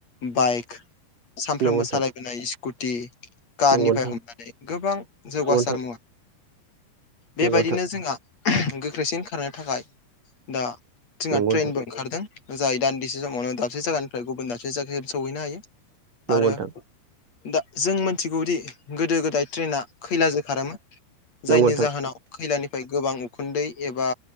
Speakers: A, on the left (about 40°); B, on the right (about 55°).
A: बाइक सानफ्रोमबो
B: नंगौ नोंथां
A: सालायबोनाय स्कुटि कारनिफ्राय
B: नंगौ
A: हमनानै गोबां जौगासार
B: नोंथां
A: मुवा
B: नंगौ
A: बेबायदिनो
B: नोंथां
A: जोंहा गोख्रैसिन खारनो थाखाय दा जोंहा
B: नंगौ नोंथां
A: ट्रेनबो ओंखारदों। जायै दान्दिसे समावनो दाबसे जायगानिफ्राय गुबुन दाबसे जायायाव सौहैनो हायो।
B: नंगौ
A: आरो
B: नोंथां
A: दा जों मिथिगौदि गोदो गोदाय ट्रेना खैलाजों खारोमोन
B: नंगौ
A: जायनि
B: नोंथां
A: जाहोनाव खैलानिफ्राय गोबां उखुन्दै एबा